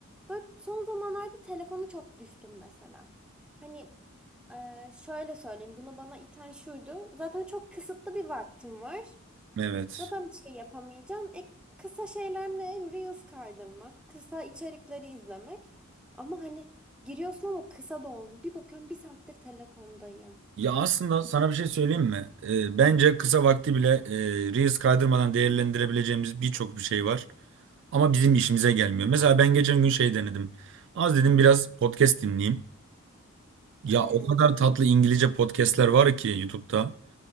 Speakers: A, in the centre; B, on the right.
A: Böyle son zamanlarda telefonu çok düştüm mesela. Hani e, şöyle söyleyeyim bunu bana iten şuydu. Zaten çok kısıtlı bir vaktim var.
B: Evet.
A: Zaten bir şey yapamayacağım. E, kısa şeyler ne? Reels kaydırmak, kısa içerikleri izlemek. Ama hani giriyorsun ama kısa da olmuyor. Bir bakıyorum bir saattir telefondayım.
B: Ya aslında sana bir şey söyleyeyim mi? Ee, bence kısa vakti bile e, Reels kaydırmadan değerlendirebileceğimiz birçok bir şey var. Ama bizim işimize gelmiyor. Mesela ben geçen gün şey denedim. Az dedim biraz podcast dinleyeyim. Ya
A: Hmm.
B: o kadar tatlı İngilizce podcastler var ki YouTube'da.